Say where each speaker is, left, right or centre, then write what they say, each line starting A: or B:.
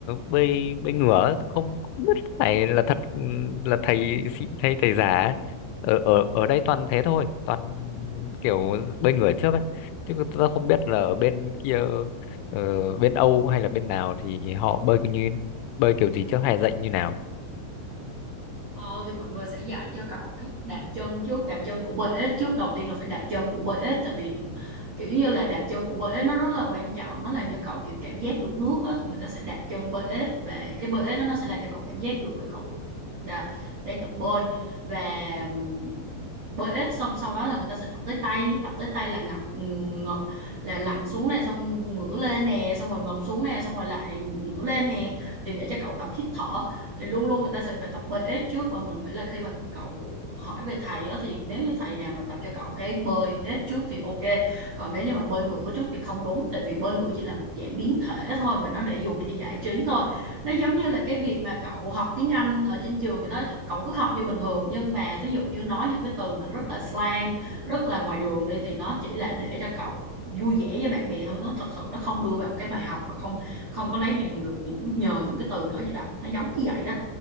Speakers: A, on the left; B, on the right.
A: bơi bơi ngửa ấy, tớ không, không biết phải là thật ừ, là thầy xịn hay thầy giả ở ở ở đây toàn thế thôi toàn kiểu bơi ngửa trước ấy chứ tớ không biết là ở bên kia ờ, bên Âu hay là bên nào thì họ bơi kiểu như bơi kiểu gì trước hay dạy như nào
B: Ờ, thì mọi người sẽ dạy cho cậu cách đạp chân trước, đạp chân của bơi ếch trước. Đầu tiên là phải đạp chân của bơi ếch tại vì kiểu giống như là đạp chân của bơi ếch nó rất là quan trọng, nó làm cho cậu kiểu cảm giác được nước á, thì người ta sẽ đạp chân bơi ếch và cái bơi ếch đó nó sẽ làm cho cậu cảm giác được là cậu đã, đang tập bơi và ừm, bơi ếch xong sau đó là người ta sẽ tập tới tay, tập tới tay là ngập ngập là lặn xuống này xong ngửa lên nè, xong rồi ngập xuống nè, xong rồi lại ngửa lên nè thì để cho cậu tập hít thở thì luôn luôn người ta sẽ phải tập bơi ếch trước và mình nghĩ là khi mà cậu hỏi về thầy đó thì nếu như thầy nào mà tập cho cậu cái bơi ếch trước thì ok còn nếu như mà bơi ngửa trước thì không đúng tại vì bơi ngửa chỉ là một dạng biến thể thôi và nó để dùng để giải trí thôi nó giống như là cái việc mà cậu học tiếng Anh ở trên trường vậy đó cậu cứ học như bình thường nhưng mà thí dụ như nói những cái từ mà rất là slang rất là ngoài đường đi thì nó chỉ là để cho cậu vui vẻ với bạn bè thôi nó thật sự nó không đưa vào cái bài học và không không có lấy bằng được những nhờ những cái từ đó vậy đó nó giống như vậy đó